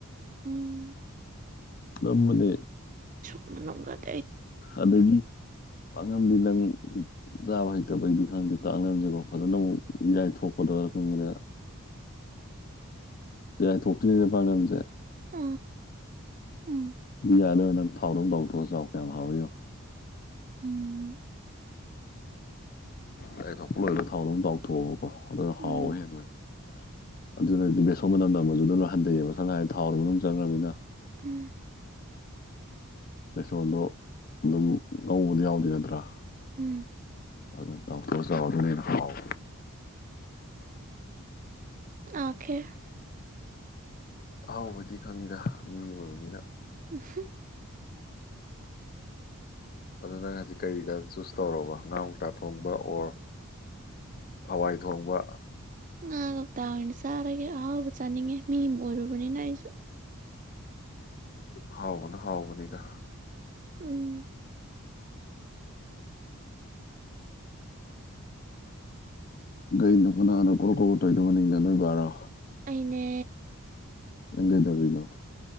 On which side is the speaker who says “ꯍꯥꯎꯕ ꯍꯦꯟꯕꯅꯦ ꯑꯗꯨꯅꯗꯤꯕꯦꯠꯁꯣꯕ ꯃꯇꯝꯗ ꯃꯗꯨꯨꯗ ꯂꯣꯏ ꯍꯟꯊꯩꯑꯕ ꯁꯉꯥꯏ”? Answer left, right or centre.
Left